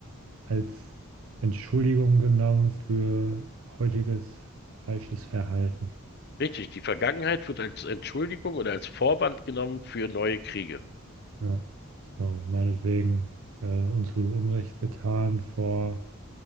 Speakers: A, on the right; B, on the left.
A: als Entschuldigung genommen für heutiges falsches Verhalten.
B: Richtig, die Vergangenheit wird als Entschuldigung oder als Vorwand genommen für neue Kriege.
A: Ja. So, meinetwegen, äh, uns wurde Unrecht getan vor